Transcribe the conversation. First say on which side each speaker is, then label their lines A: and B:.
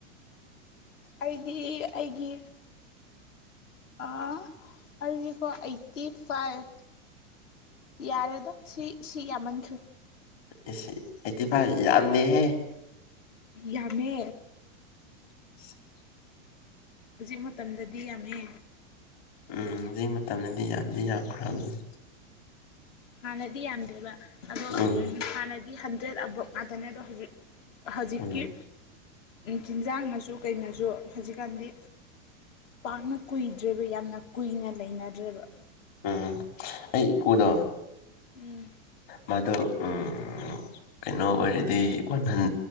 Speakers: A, on the left (about 70°); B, on the left (about 50°).
A: ꯑꯩꯗꯤ ꯑꯩꯒꯤ ꯑꯥ ꯑꯗꯨꯗꯤꯀꯣ ꯑꯩꯠꯇꯤ ꯐꯥꯏꯚ ꯌꯥꯔꯦꯗ ꯁꯤ ꯁꯤ ꯌꯥꯝꯃꯟꯈ꯭ꯔꯦ
B: ꯑꯩꯠꯇꯤ ꯐꯥꯏꯚ ꯌꯥꯝꯗꯦꯍꯦ
A: ꯌꯥꯝꯃꯦ
B: <inaudible>
A: ꯍꯧꯖꯤꯛ ꯃꯇꯝꯗꯗꯤ ꯌꯥꯝꯃꯦ
B: ꯎꯝ ꯍꯧꯖꯤꯛ ꯃꯇꯝꯗꯗꯤ ꯌꯥꯝꯗꯤ ꯌꯥꯝꯈ꯭ꯔꯕꯅꯤ
A: ꯍꯥꯟꯅꯗꯤ ꯌꯥꯝꯗꯦꯕ ꯑꯗꯣ
B: ꯎꯝ
A: ꯍꯥꯟꯅꯗꯤ ꯍꯟꯗ꯭ꯔꯦꯠ ꯑꯕꯞ ꯉꯥꯛꯇꯅꯦ ꯑꯗꯣ ꯍꯧꯖꯤꯛ ꯍꯧꯖꯤꯛꯀꯤ
B: ꯎꯝ
A: ꯆꯤꯟꯖꯥꯡꯅꯁꯨ ꯀꯩꯅꯣꯁꯨ ꯍꯧꯖꯤꯛꯀꯥꯟꯗꯤ ꯄꯥꯛꯅ ꯀꯨꯏꯗ꯭ꯔꯦꯕ ꯌꯥꯝꯅ ꯀꯨꯏꯅ ꯂꯩꯅꯗ꯭ꯔꯦꯕ
B: ꯎꯝ ꯑꯩ ꯏꯄꯨꯗꯣ
A: ꯎꯝ
B: ꯃꯥꯗꯣ ꯎꯝ ꯀꯩꯅꯣ ꯑꯣꯏꯔꯗꯤ ꯋꯥꯟ ꯍꯟ